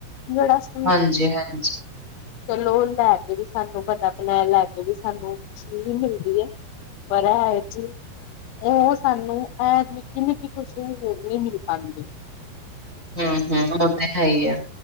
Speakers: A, on the left; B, on the right.
A: ਜੇੜਾ ਸ
B: ਹਾਂਜੀ, ਹਾਂਜੀ।
A: ਤੇ ਚਲੋ ਲੈ ਕੇ ਵੀ ਸਾਨੂੰ ਬਨਾ ਬਨਾਏਆ ਲੈ ਕੇ ਵੀ ਸਾਨੂੰ ਖੁਸ਼ੀ ਮਿਲਦੀ ਐ। <unintelligible> ਓ ਸਾਨੂੰ ਐ ਨਿੱਕੀ, ਨਿੱਕੀ ਖੁਸ਼ੀ ਵੀ ਨੀ ਮਿਲ ਪਾਂਦੀ।
B: ਹੂੰ, ਹੂੰ, ਓਤੇ ਹੈਈ ਐ।